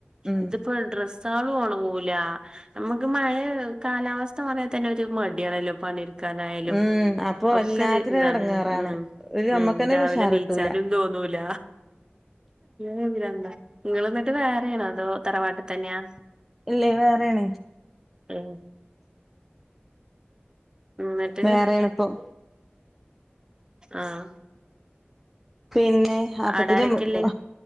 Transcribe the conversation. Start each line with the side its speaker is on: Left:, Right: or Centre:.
Centre: ഉം
Right: ഇതിപ്പോ ഡ്ര പോണങ്ങുല നമുക്ക് മഴ കാലാവസ്ഥ പറയാ തന്നെ ഒരു മടിയണല്ലോ പി ക്കായാലും
Centre: ഉം അപ്പൊ
Right: ഒക്കെ
Centre: എല്ലാത്തിനും
Right: ഇതാണ്
Centre: എടങ്ങേറാണ്
Right: ഉം
Centre: ഒരു നമ്മക്കന്നെ
Right: ഉം രാവിലെ
Centre: ഒരു ഉഷാർ
Right: നീച്ചാലും
Centre: കിട്ടൂല
Right: തോന്നൂല വിവര എന്താ നിങ്ങന്നിട്ട് വേറെണോ അതോ തറവാട്ടിൽ തന്നെയാ
Centre: ഇല്ലേ വേറെണ
Right: ഉം ന്നിട്ട്
Centre: വേറെയാണ ഇപ്പം
Right: ആഹ്
Centre: പിന്നെ അപ്പത്തിന്ന്
Right: ആടാരൊക്കെള്ളേ